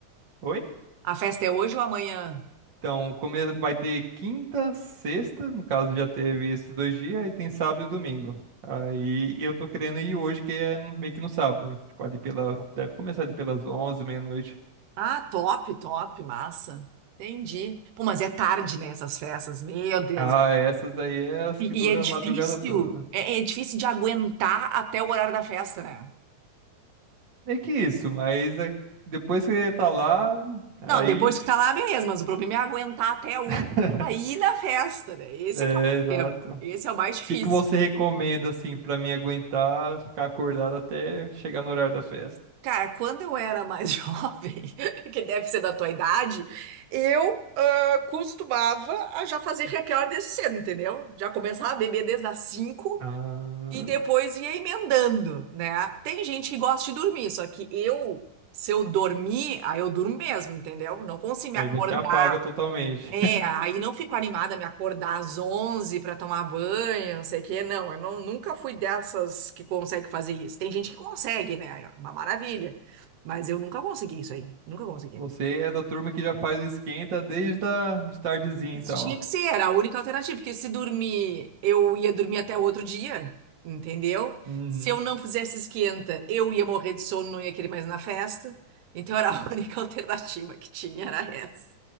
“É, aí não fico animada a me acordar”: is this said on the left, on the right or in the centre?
Right